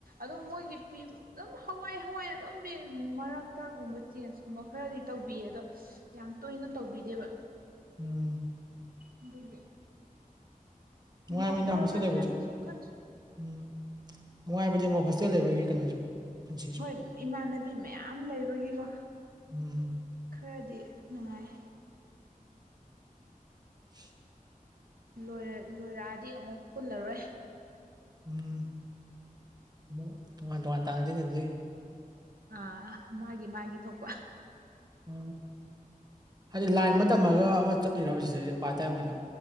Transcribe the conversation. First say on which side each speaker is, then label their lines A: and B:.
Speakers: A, on the right; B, on the right.
A: ꯑꯗꯨꯝ ꯃꯣꯏꯒꯤ ꯄꯤꯕ ꯑꯗꯨꯝ ꯍꯋꯥꯏ ꯍꯋꯥꯏ ꯑꯗꯨꯝ ꯄꯤ ꯃꯔꯛꯇꯛꯒꯨꯝꯕ ꯆꯦꯟꯖꯀꯨꯝꯕ ꯈꯔꯗꯤ ꯇꯧꯕꯤꯌꯦ ꯑꯗꯣ ꯌꯥꯝ ꯇꯣꯏꯅ ꯇꯧꯕꯤꯗꯦꯕ
B: ꯎꯝ
A: ꯑꯗꯨꯒꯤ
B: ꯅꯨꯡꯉꯥꯏꯕꯅꯤꯗ
A: ꯂꯣꯏꯗꯣꯔꯕꯅꯤꯅ
B: ꯍꯣꯁꯇꯦꯜ ꯂꯩꯕꯁꯨ
A: ꯀꯩꯁꯨꯝ ꯈꯟꯗꯦ
B: ꯎꯝ ꯅꯨꯡꯉꯥꯏꯕꯅꯦꯕ ꯍꯣꯁꯇꯦꯜ ꯂꯩꯕꯒꯤ ꯀꯩꯅꯣꯁꯨ ꯄꯨꯟꯁꯤꯁꯨ
A: ꯍꯣꯏ ꯏꯃꯥꯟꯅꯕꯤ ꯃꯌꯥꯝ ꯂꯩꯕꯒꯤꯀꯣ
B: ꯎꯝ
A: ꯈꯔꯗꯤ ꯅꯨꯡꯉꯥꯏ
B: <unintelligible>
A: ꯂꯣꯏꯔꯦ ꯂꯣꯏꯔꯛꯑꯗꯤ ꯑꯃꯨꯛ ꯄꯨꯜꯂꯔꯣꯏ
B: ꯎꯝ ꯑꯃꯨꯛ ꯇꯣꯉꯥꯟ ꯇꯣꯉꯥꯟ ꯇꯥꯟꯅꯗꯤꯅ ꯑꯗꯨꯗꯤ
A: ꯑ ꯃꯥꯒꯤ ꯃꯥꯒꯤ ꯊꯣꯛꯄ
B: ꯎ ꯍꯥꯏꯗꯤ ꯂꯥꯏꯟ ꯑꯃ ꯇꯝꯃꯒ ꯑꯃ ꯆꯠꯂꯤꯔꯕ ꯁꯤꯗꯩꯁꯤꯦ ꯄꯥ ꯇꯥꯏ ꯃꯣꯏꯗ